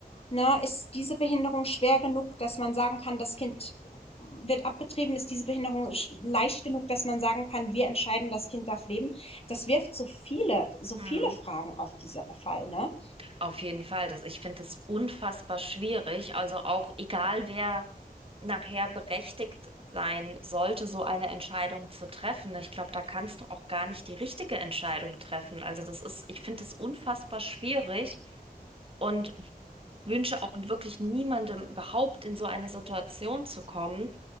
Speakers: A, on the left; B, on the right.
A: Ne, ist diese Behinderung schwer genug, dass man sagen kann, das Kind wird abgetrieben, ist diese Behinderung leicht genug, dass man sagen kann, wir entscheiden, das Kind darf leben. Das wirft so viele, so
B: Mhm.
A: viele Fragen auf dieser Fall, ne?
B: Auf jeden Fall, das, ich finde das unfassbar schwierig. Also auch egal wer nachher berechtigt sein sollte, so eine Entscheidung zu treffen. Ich glaube, da kannst du auch gar nicht die richtige Entscheidung treffen. Also das ist, ich finde es unfassbar schwierig und wünsche auch wirklich niemandem überhaupt in so eine Situation zu kommen,